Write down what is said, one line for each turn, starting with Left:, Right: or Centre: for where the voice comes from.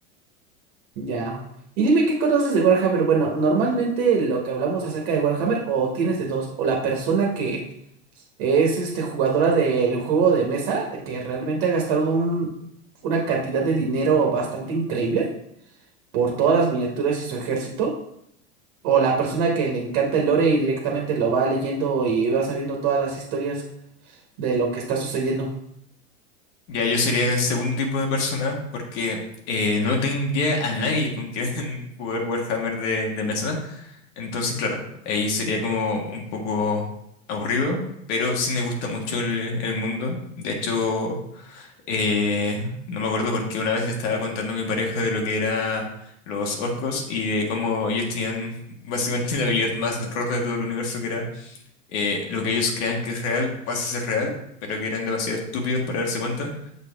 Right: Ya. Y dime, ¿qué conoces de Warhammer? Bueno, normalmente lo que hablamos acerca de Warhammer, o tienes de dos, o la persona que es este jugadora del juego de mesa, que realmente ha gastado un- una cantidad de dinero bastante increíble por todas las miniaturas y su ejército, o la persona que le encanta el lore y directamente lo va leyendo y va sabiendo todas las historias de lo que está sucediendo.
Left: Ya yo sería el segundo tipo de persona, porque eh, no tendría a nadie con quien <laughs> jugar Warhammer de, de mesa. Entonces, claro, ahí sería como un poco aburrido, pero sí me gusta mucho el, el mundo. De hecho. Eh, no me acuerdo porque una vez le estaba contando a mi pareja de lo que eran los orcos y de cómo ellos tenían básicamente <laughs> la habilidad más rota de todo el universo, que era eh, lo que ellos crean que es real, pasa a ser real, pero que eran demasiado estúpidos para darse cuenta.